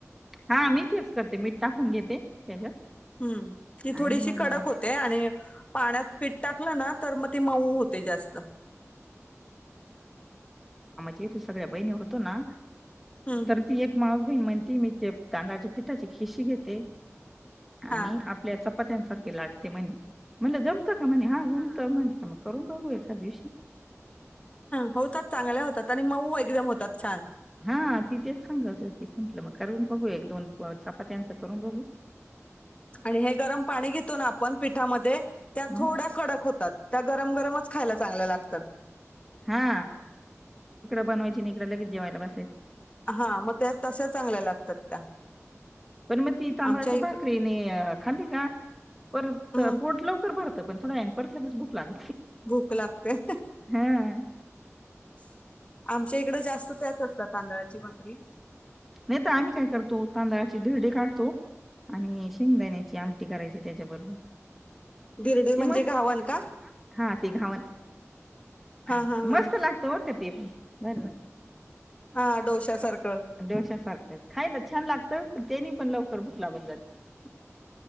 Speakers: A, in the centre; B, on the left.
A: हा मी तेच करते मीठ टाकून घेते त्याच्यात.
B: हम्म, ती
A: आणि
B: थोडीशी
A: मग
B: कडक
A: बनव
B: होते आणि पाण्यात पीठ टाकलं ना तर म ती मऊ होते जास्त.
A: तिथं सगळ्या बहिणी होतो ना
B: हम्म
A: तर ती एक मावस बहीण म्हणतीहे मी ते ब तांदळाच्या पिठाची खिसी घेते आणि
B: हा
A: आपल्या चप पत्यानसारखे लाटते म्हने, म्हणलं जम तका म्हणे हा, जमतं म्हंटल मग. करून बघू एखाद दिवशी.
B: होतात चांगल्या होतात आणि मऊ एकदम होतात छान.
A: हा ती तेच सांगत होती म्हटलं मग करून बघू एक दोन प चपात्यांच करून बघू.
B: आणि हे गरम पाणी घेतो ना आपण पिठामध्ये त्या
A: मग
B: थोड्या कडक होतात त्या गरम गरमच खायला चांगल्या लागतात.
A: हा बनवायची इकडं लगेच जेवायला बसाय
B: अहा, म त्या तशा चांगल्या लागतात. त्या
A: पण म ती तांदळाच्या
B: आमच्या इकडं
A: भाकरीनेअ खाली का परत
B: हं,
A: पोट लवकर भरत पण थोड्या याने परत लगेच भूक लाग
B: भूक लागते.
A: हा
B: <inaudible> आमच्या इकडं जास्त त्याच असता तांदळाची भाकरी.
A: नाही तर आम्ही काय करतो तांदळाची धिरडे काढतो आणि शेंगदाण्याची आमटी करायची त्याच्याबरोबर
B: बिर्डे म्हणजे
A: ते मस्त
B: घावन का
A: हा ते घावण <unintelligible>
B: हा हा हा
A: मस्त लागत बरं का ते पण बर ना
B: हा डोश्या सारखं
A: डोश्यासारखं खायला छान लागत पण त्यानी पण लवकर भुक लागून जाती